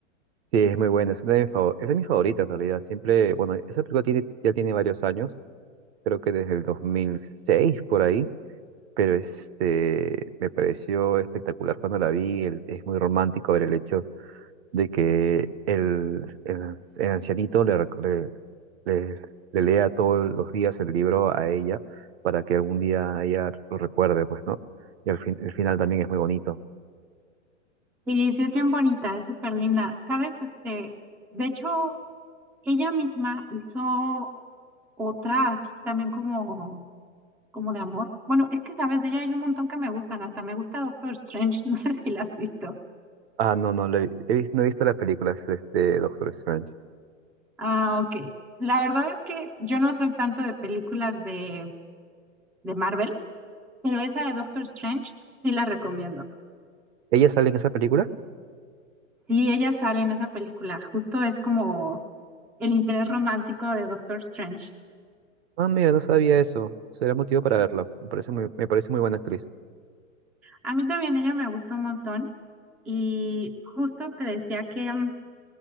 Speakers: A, on the right; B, in the centre.
A: Sí, es muy buena, es una de mis favor- es de mis favoritas en realidad. Siempre, bueno, esa película tiene, ya tiene varios años, creo que desde el 2006 por ahí, pero este, me pareció espectacular cuando la vi. el- es muy romántico ver el hecho de que el, el, el ancianito le, rec- le- le, le lea todos los días el libro a ella para que algún día ella lo recuerde, pues, ¿no? Y al fin, el final también es muy bonito.
B: Sí, sí, es bien bonita, es súper linda. ¿Sabes? Este, de hecho, ella misma hizo otra así también como. como de amor. Bueno, es que sabes, de ella hay un montón que me gustan, hasta me gusta Doctor Strange, <laughs> no sé si la has visto.
A: Ah, no, no, le- he, vis- no he visto las películas de este Doctor Strange.
B: Ah, ok. La verdad es que yo no soy tanto de películas de, de Marvel, pero esa de Doctor Strange sí la recomiendo.
A: ¿Ella sale en esa película?
B: Sí, ella sale en esa película, justo es como el interés romántico de Doctor Strange.
A: Ah, mira, no sabía eso. Será motivo para verla. Me parece muy, me parece muy buena actriz.
B: A mí también ella me gustó un montón y justo te decía que mm,